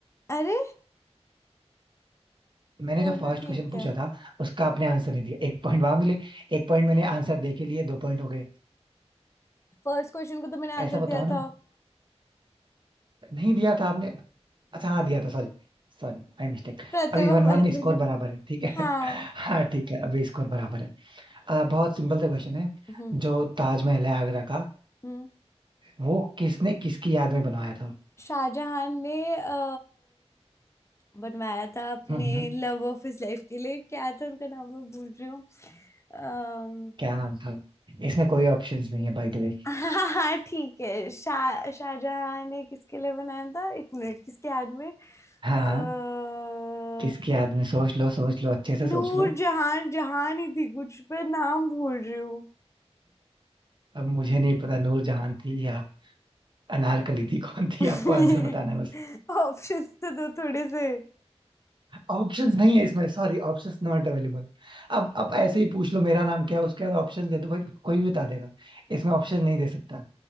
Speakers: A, on the left (about 25°); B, on the right (about 45°).
A: अरे
B: मैंने
A: चलो
B: जो फर्स्ट
A: ठीक
B: क्वेश्चन पूछा
A: है
B: था उसका आपने आंसर नहीं दिया एक पॉइंट वहां मिले एक पॉइंट मैंने आंसर दे के लिए दो पॉइंट हो गए
A: फर्स्ट क्वेश्चन को तो मैंने आंसर
B: ऐसा बताओ
A: दिया था
B: ना नहीं दिया था आपने अच्छा हाँ दिया था सॉरी Sorry I mistake
A: प्रतिभा
B: अभी वन
A: पाटिल
B: वन स्कोर बराबर है ठीक
A: हाँ
B: है <laughs> हाँ ठीक है अभी स्कोर बराबर है अ, बहुत सिंपल सा क्वेश्चन है
A: हम्म
B: जो ताजमहल है आगरा का
A: हम्म
B: वो किसने किसकी याद में बनवाया था
A: शाहजहां ने अ, बनवाया था अपने
B: हम्म हम्म,
A: लव ऑफ हिज लाइफ के लिए क्या था उनका नाम मैं भूल रही हूँ अम्म,
B: क्या नाम था इसमें कोई ऑप्शंस नहीं है बाय द वे
A: हाँ हाँ ठीक है शाह शाहजहां ने किसके लिए बनाया था एक मिनट किसके याद में
B: हाँ
A: अ,
B: हाँ किसकी याद में सोच लो सोच लो अच्छे से
A: नूर
B: सोच लो
A: जहान जहान ही थी कुछ पे नाम भूल रही हूँ
B: अब मुझे नहीं पता नूरजहान थी या अनारकली थी कौन थी
A: <laughs>
B: आपको आंसर बताना है बस
A: ऑप्शंस तो दो थोड़े से
B: ऑप्शंस नहीं है इसमें सॉरी ऑप्शंस नॉट अवेलेबल अब अब ऐसे ही पूछ लो मेरा नाम क्या है उसके बाद ऑप्शन दे दो भाई कोई भी बता देगा इसमें ऑप्शन नहीं दे सकता